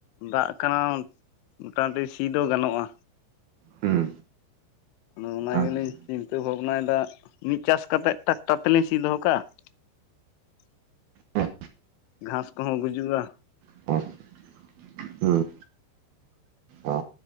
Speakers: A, on the left; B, on the right.
A: ᱫᱟᱜ ᱠᱟᱱᱟ, ᱢᱚᱴᱟ ᱢᱩᱴᱤ ᱥᱤ ᱫᱚ ᱜᱟᱱᱚᱜᱼᱟ᱾
B: ᱦᱩᱸ
A: ᱚᱱᱚ ᱚᱱᱟ
B: ᱟᱪᱪᱷᱟ
A: ᱜᱮᱞᱤᱧ ᱪᱤᱱᱛᱟᱹ ᱵᱷᱟᱵᱽᱱᱟᱭᱮᱫᱟ ᱴ, ᱢᱤᱫ ᱪᱟᱥ ᱠᱟᱛᱮᱫ ᱴᱨᱟᱠᱴᱟᱨ ᱛᱮᱞᱤᱧ ᱥᱤ ᱫᱚᱦᱚ ᱠᱟᱜ-ᱟ᱾ <unintelligible>
B: ᱦᱮᱸ
A: ᱜᱷᱟᱸᱥ ᱠᱚᱦᱚᱸ ᱜᱩᱡᱩᱜ ᱨᱟ᱾
B: <inaudible> ‌ᱦᱩᱸ᱾ ᱚ